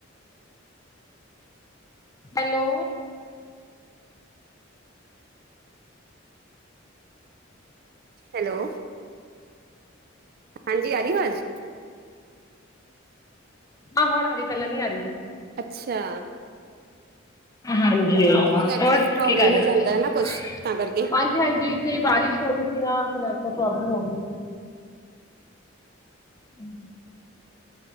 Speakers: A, on the left (about 15°); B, on the right (about 45°).
A: ਹੈਲੋ।
B: ਹੈਲੋ। ਹਾਂਜੀ ਆਰੀ ਵਾਜ਼।
A: ਹਾਂ ਹੁਣ ਆ ਰੀ ਪੈਲਾਂ ਨੀ ਆ ਰੀ ਸੀ।
B: ਅੱਛਾ।
A: ਹਾਂਜੀ ਹੋਰ
B: ਉਹ ਨੈਟਵਰਕ ਪ੍ਰੋਬਲਮ
A: ਕੀ ਕਰ ਰੇ
B: ਹੋ ਜਾਂਦਾ
A: <unintelligible>
B: ਹੈ ਨਾ ਕੁਛ ਤਾਂ ਕਰਕੇ
A: ਜੀਭਹਾਂਜੀ ਇੱਥੇ ਬਾਰਿਸ਼ ਹੋਰੀ ਸੀ ਨਾ ਫੇ ਨੈੱਟਵਰਕ ਪ੍ਰੋਬਲਮ ਹੋਗੀ। ਹੂੰ।